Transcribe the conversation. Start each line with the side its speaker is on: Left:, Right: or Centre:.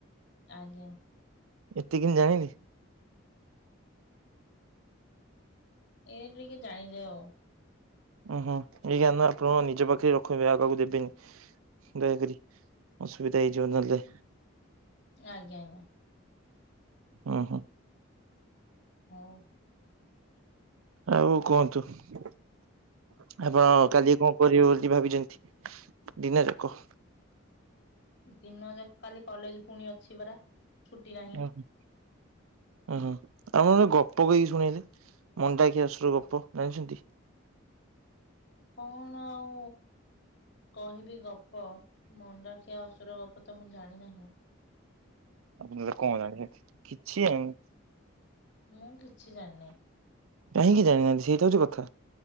Left: ଆଜ୍ଞା।
Right: ଏତେ କେମିତି ଜାଣିଲେ?
Left: ଏଇ ଟିକେ ଜାଣିଲି ଆଉ।
Right: ଉୁଁ ହୁଁ ଏଇ ଜ୍ଞାନ ଆପଣ ନିଜ ପାଖରେ ରଖିବେ ଆଉ କାହାକୁ ଦେବେନି। ଦୟାକରି ଅସୁବିଧା ହେଇଯିବ ନଲେ।
Left: ଆଜ୍ଞା ଆଜ୍ଞା।
Right: ଉଁ ହୁଁ।
Left: ହୋଉ।
Right: ଆଉ କୁହନ୍ତୁ, ଆପଣ କାଲି କଣ କରିବ ବୋଲି ଭାବିଚନ୍ତି, ଦିନା ଲୋକ।
Left: ଦିନଜାକ କାଲି କଲେଜ୍ ପୁଣି ଅଛି ପରା। ଛୁଟି
Right: ଓହୋ।
Left: <inaudible>
Right: ଅଁ ହଁ ଆପଣ ଗୋଟେ ଗପ କହିକି ଶୁଣେଇଲେ, ମଣ୍ଡାଖିଆ ଆସୁର ଗପ ଜାଣିଚନ୍ତି?
Left: କଣ ଆଉ କହିବି ଗ ପ ମଣ୍ଡାଖିଆ ଅସୁର ଗପତ ମୁଁ ଜାଣି ନାହିଁ।
Right: ଆପଣ ତାହେନେ କଣ ଜାଣିଚନ୍ତି, କିଛି ଜାଣି
Left: ମୁଁ କିଛି ଜାଣିିନେଇ।
Right: କାହିଁକି ଯାଣିନାହାନ୍ତି ସେଇତ ହଉଚି କଥା?